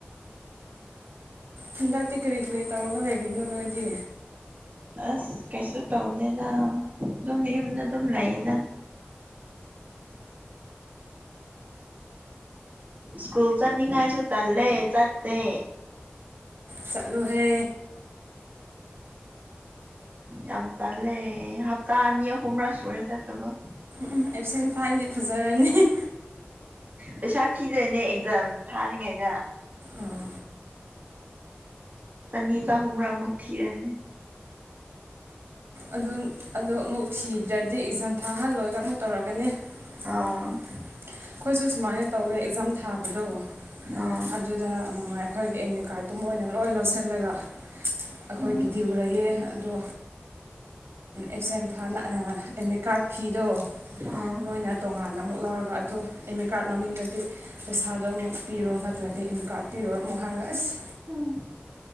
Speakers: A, on the right (about 80°); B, on the right (about 40°).
A: ꯍꯟꯗꯛꯇꯤ ꯀꯔꯤ ꯀꯔꯤ ꯇꯧꯔꯒ ꯂꯩꯔꯤꯅꯣ ꯅꯣꯏꯗꯤ
B: ꯑꯁ ꯀꯩꯁꯨ ꯇꯧꯗꯦꯗ ꯑꯗꯨꯝ ꯌꯨꯝꯗ ꯑꯗꯨꯝ ꯂꯩꯌꯦꯗ ꯁ꯭ꯀꯨꯜ ꯆꯠꯅꯤꯡꯉꯥꯏꯁꯨ ꯇꯜꯂꯦ ꯆꯠꯇꯦ
A: ꯆꯂꯨ ꯍꯦ
B: ꯌꯥꯝ ꯇꯦꯟꯂ‌ꯦ ꯍꯞꯇꯥ ꯑꯅꯤ ꯑꯍꯨꯝ ꯔꯛ ꯁꯨꯔ‌ꯦ ꯆꯠ ꯇꯕꯥ
A: ꯎꯝ ꯑꯦꯞꯁ‌ꯦꯟ ꯐꯥꯟꯗꯤ ꯐꯖꯔꯅꯤ
B: ꯄꯩꯁꯥ ꯊꯤꯗꯣꯏꯅꯦ ꯑꯦꯛꯖꯥꯝ ꯊꯥꯔꯤꯉꯩꯗ
A: ꯑꯣ
B: ꯆꯅꯤ ꯆꯍꯨꯝꯔꯥ ꯃꯨꯛ ꯊꯤꯔꯥꯅꯤ
A: ꯑꯗꯣ ꯑꯗꫭ ꯑꯃꯨꯛ ꯊꯤꯗ꯭ꯔꯗꯤ ꯑꯦꯛꯖꯥꯝ ꯊꯥꯍꯜꯂꯣꯏꯒ ꯑꯃꯨꯛ ꯇꯧꯔꯛꯀꯅꯤ ꯑꯩꯈꯣꯏꯁꯨ
B: ꯑꯥ
A: ꯁꯨꯃꯥꯏꯅ ꯇꯧꯋꯦ ꯑꯦꯛꯖꯥꯝ ꯊꯥꯕꯗꯣ
B: ꯑꯥ
A: ꯑꯗꯨꯗ ꯑꯩꯈꯣꯏꯒꯤ ꯑꯦꯠꯃꯤ ꯀꯥꯔꯠꯇꯨ ꯃꫭꯏꯅ ꯂꯣꯏ ꯂꯧꯁꯤꯜꯂꯒ ꯑꯩꯈꯣꯏꯒꯤꯗꯤ
B: ꯎꯝ
A: ꯎꯔꯛꯑꯦ ꯑꯗꯣ ꯑꯦꯞꯁꯦꯟꯅ ꯑꯦꯗꯃꯤꯠ ꯀꯥꯔꯠ ꯐꯤꯗꯣ
B: ꯑꯥ
A: ꯃꯣꯏꯅ ꯇꯣꯉꯥꯟꯅ ꯑꯃꯨꯛ ꯂꯧꯔꯒ ꯑꯗꯨ ꯑꯠꯃꯤ ꯀꯥꯔꯠꯗ ꯂꯧꯅꯤꯡꯉꯗꯤ ꯄꯩꯁꯥꯗꯣ ꯑꯃꯨꯛ ꯄꯤꯔꯣ ꯅꯠꯇ꯭ꯔꯗꯤ ꯏꯃꯠ ꯀꯥꯔꯗ ꯄꯤꯔꯣꯏ ꯑꯃꯨꯛ ꯍꯥꯟꫪ‌ꯦ ꯑꯁ
B: ꯎꯝ